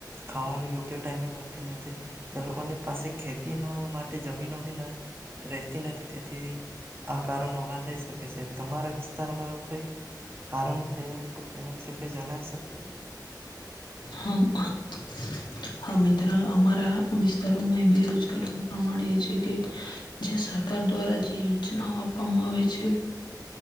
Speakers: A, on the right; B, on the left.
A: ખાવાનું યોગ્ય ટાઈમે મળ નથી તે લોકોની પાસે ખેતી નો માટે જમીનો ભી ન રહેતી નથી તેથી આ કારણ ઉભા થઈ શ <unintelligible> તમારા વિસ્તારમાં એવું કઈ કારણ થયા છે. તેના વિશે કઈ જણાવી શકશો?
B: હા મિત્ર અમારા વિસ્તારોમાં બેરોજગારીનું પ્રમાણ એ છે કે જે સરકાર દ્વારા જે યોજનાઓ આપવામાં આવે છે.